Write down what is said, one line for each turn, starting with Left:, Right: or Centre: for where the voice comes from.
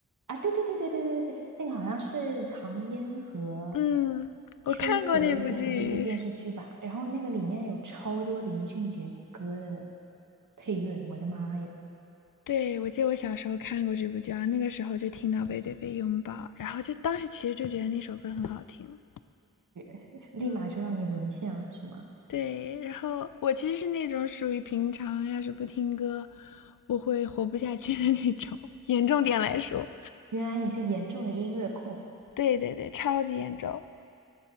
Right: 啊，对对对对对对对，那个好像是唐嫣和
Left: 嗯，我看过那部剧。
Right: 邱泽演的那个电视剧吧，然后那个里面有超多林俊杰歌的配乐，我的妈呀，
Left: 对，我记得我小时候看过这部剧，啊，那个时候就听到背对背拥抱，然后就当时其实就觉得那首歌很好听。
Right: <laughs> 立马就让你沦陷了，
Left: 嗯，
Right: 是吗？
Left: 对。然后我其实是那种属于平常要是不听歌，我会活不下去的那种，严重点来说。
Right: 原来你是严重的音乐控。
Left: 对对对，超级严重。